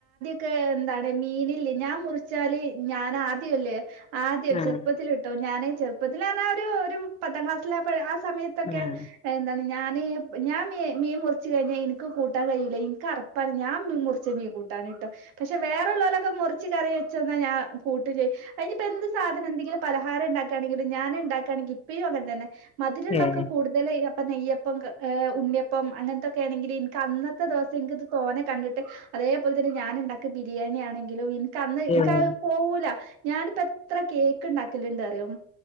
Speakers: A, on the right; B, on the left.
A: ക് എന്താണ് മീനില്ലേ ഞാൻ മുറിച്ചാല് ഞാൻ ആദ്യല്ലേ ആദ്യം
B: ആഹ്
A: ചെറുപ്പത്തില് ട്ടോ ഞാന് ചെറുപ്പത്തിലാന്നാ ഒരു ഒരു പത്താം ക്ലാസ്സില ആപ്പോ ആ സമയത്തൊക്കെ
B: ആഹ്
A: എന്താണ് ഞാന് ഞാൻ മീ മീ മുർ ച്ച് കഴിഞ്ഞാ ഇൻക്ക് കൂട്ടാ കയ്യൂല ഇൻക് അറപ്പാ ഞാൻ മുറിച്ച മീ കൂട്ടാന്ട്ടോ പക്ഷെ വേറെള്ളവലൊക്കെ മുറച്ച് കറി വെച്ചന്നാ ഞാൻ കൂട്ട്ചെയ് അതിനിപ്പ എന്ത് സാധന എന്തെങ്കിലും പലഹാരം ണ്ടാക്കാണെങ്കിലു ഞാന് ണ്ടാക്കാണെങ്കി ഇപ്പിയും അങ്ങനെ തന്നെ. മധുരുള്ളൊക്കെ
B: ഏഹ്
A: കൂടുതലൈന് അപ്പ നെയ്യപ്പം ഏ ഉണ്ണിയപ്പം അങ്ങനത്തൊക്കെ ആണെങ്കില് ൻക്ക് അന്ന് ന്നത്തെ ദേസ ൻക്ക് ത് തോനെ കണ്ടിട്ട് അതേപോലെ തന്നെ ഞാന് ണ്ടാക്ക ബിരിയാണി ആണെങ്കിലും ന്ക്ക് അന്ന് ഇൻക്
B: ഏഹ്
A: പോവൂല ഞാനിപ്പ എത്ര കേക്ക് ണ്ടാക്കലണ്ട് അറിയോ?